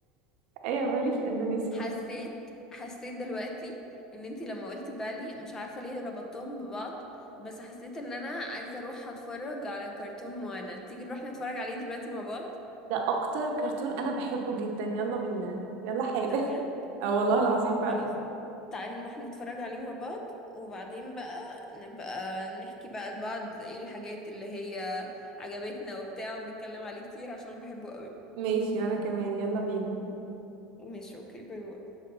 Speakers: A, on the right; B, on the left.
A: ايه بالي في اندونيسيا
B: حسيت حسيت دلوقتي ان انت لما قلتي بالي مش عارفه ليه ربطتهم ببعض بس حسيت ان انا عايزه اروح اتفرج على كرتون موانا تيجي نروح نتفرج عليه دلوقتي مع بعض
A: ده اكتر كرتون انا بحبه جدا يلا بينا يلا حالا
B: ده بجد
A: اه والله العظيم فعلا
B: خلاص تعالي نروح نتفرج عليه مع بعض وبعدين بقى نبقى نحكي بقى لبعض ايه الحاجات اللي هي عجبتنا وبتاع ونتكلم عليه كتير عشان بحبه قوي
A: ماشي وانا كمان يلا بينا
B: ماشي اوكي باي باي